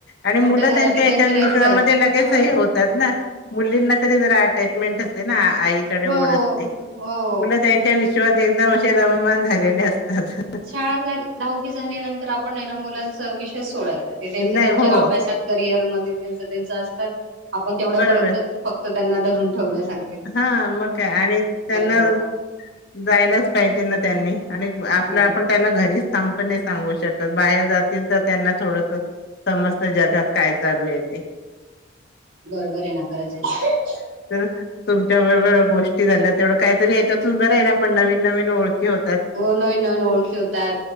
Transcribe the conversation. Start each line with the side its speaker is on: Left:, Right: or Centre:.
Left: आणि
Right: मोठं
Left: मुलं
Right: झालं
Left: त्यांच्या
Right: ते त्यांचं
Left: याच्यात
Right: त्यांचं
Left: विश्वामध्ये लगेचही
Right: हं.
Left: होतात ना मुलींना तरी जरा अटॅचमेंट असते ना आईकडे
Right: हो
Left: ओढ असते
Right: हो
Left: मुलं त्यां च्या विश्वात एकदम असे रममान झालेले असतात
Right: शाळा धाववी झाल्यानंतर आपण ना मुलांचा विषय सोडायचा ते त्यांच्या
Left: नाही
Right: त्यांच्या
Left: हो
Right: अभ्यासात करिअर मध्ये त्यांच त्यांच असतात आपण तेवढ्यापर्यंतच
Left: बरोबर
Right: फक्त त्यांना धरून ठेवण्यासारखं
Left: हा मगय आणि त्यांना
Right: बाबा
Left: जायलाच पाहिजे ना त्यांनी आणि आपल्या
Right: हो
Left: आपण त्यांना घरीच थांप नाही सांगू शकत बाहेर जातील तर त्यांना थोडस समस्त जगात काय चालू आहेेते
Right: बरोबर आहे ना खरंच आहे ना
Left: तर तुमच्या बरोबर गोष्टी झाल्या तेवढं काहीतरी याच्यातून बरं आहे ना पण नवीन नवीन ओळखी होत
Right: हो नवीन नवीन ओळखी होतात